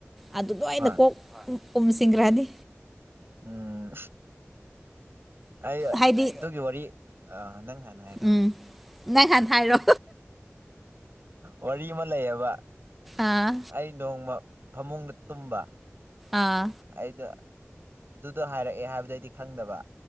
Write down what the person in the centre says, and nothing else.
ꯑꯗꯨ ꯂꯣꯏꯅ
ꯀꯣꯛ ꯎꯃꯁꯤꯡ ꯔꯥꯅꯤ
ꯍꯥꯏꯗꯤ
ꯎꯝ ꯅꯪ ꯍꯥꯟꯅ ꯍꯥꯏꯔꯣ
ꯑꯥ
ꯑꯥ